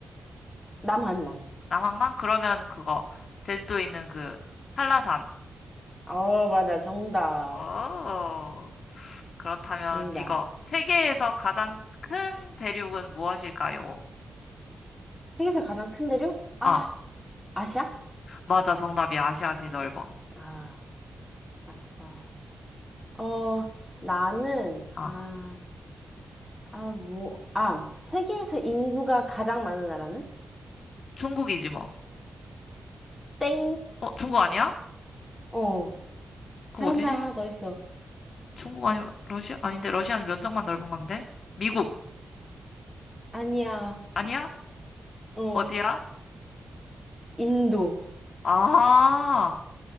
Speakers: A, in the centre; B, on the left.
A: 남한만.
B: 남한만? 그러면 그거. 제주도에 있는 그 한라산.
A: 어, 맞아. 정답.
B: 오, 그렇다면
A: 정답.
B: 이거. 세계에서 가장 큰 대륙은 무엇일까요?
A: 세계에서 가장 큰 대륙? 아,
B: 아,
A: 아시아?
B: 맞아. 정답이야. 아시아가 제일 넓어.
A: 그치. 아, 아싸. 어, 나는,
B: 아,
A: 아, 아, 뭐, 아, 세계에서 인구가 가장 많은 나라는?
B: 중국이지 뭐.
A: 땡.
B: 어, 중국 아니야?
A: 어,
B: 그럼
A: 다른
B: 어디지?
A: 나라 하나 더 있어.
B: 중국 아니면 러시아? 아닌데 러시아는 면적만 넓은 건데. 미국
A: 아니야,
B: 아니야?
A: 어,
B: 어디야?
A: 인도.
B: 아,